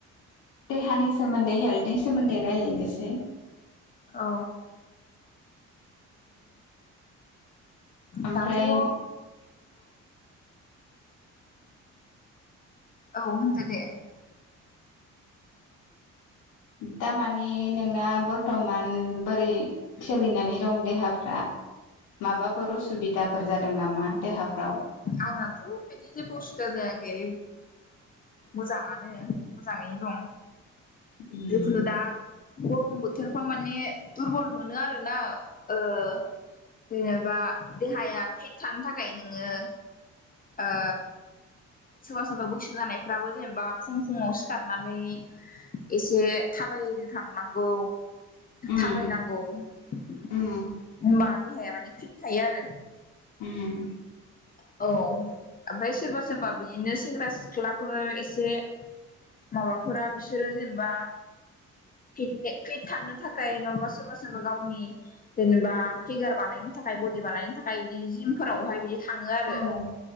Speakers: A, on the left; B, on the left.
A: देहानि सोमोन्दै हेल्थनि सोमोन्दै रायज्लायनोसै।
B: औ
A: ओमफ्राय
B: दाथ' औ औ होनदो दे।
A: उम दा माने नोंना बर्थमान बोरै सोलिनानै दं देहाफ्रा। माबाफोर उसुबिदाफोर जादों नामा देहाफ्राव।
B: आंनाथ' बिदि जेबो असुबिदा जायाखै मोजाङानो मोजाङै दं
A: उम
B: जिखुनु दा गरम बोथोरफ्राव माने दुरबल मोनो आरोना ओ जेनेबा देहाया फिट थानो थाखाय नोङो ओ सोरबा सोरबा बैसो जानायफोराबो जेनेबा फुं फुुं आव सिखारनानै एसे थाबाय थाबायनो थांनांगौ
A: उम
B: थाबायनांगौ होनबा
A: उम
B: देहाया माने फिट थायो आरो।
A: उम।
B: औ, ओमफ्राय सोरबा सोरबा बिदिनो सेंग्रा सिख्लाफोर एसे माबाफोरा बिसोरो जेनेबा फिट फिट थांनो थाखाय नङाबा सोरबा सोरबा गावनि जेनेबा फिगार बानायनो थाखाय बडि बानायनो थाखाय बिदि जिमफोरावहाय बिदि थाङो आरो
A: औ